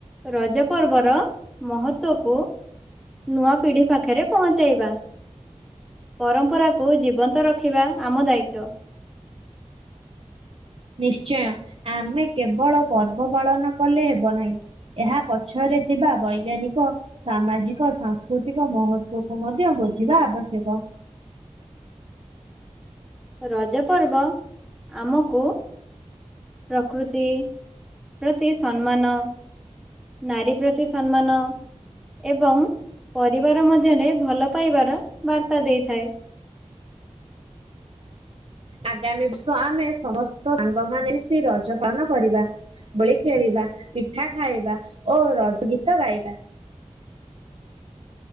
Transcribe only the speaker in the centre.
ରଜ ପର୍ବର ମହତ୍ବକୁ ନୂଆ ପିଢ଼ି ପାଖରେ ପହଞ୍ଚାଇବା। ପରମ୍ପରାକୁ ଜୀବନ୍ତ ରଖିବା ଆମ ଦାୟିତ୍ୱ।
ରଜ ପର୍ବ ଆମକୁ ପ୍ରକୃତି ପ୍ରତି ସମ୍ମାନ ନାରୀ ପ୍ରତି ସମ୍ମାନ। ଏବଂ ପରିବାର ମଧ୍ୟରେ ଭଲ ପାଇବାର ବାର୍ତ୍ତା ଦେଇଥାଏ।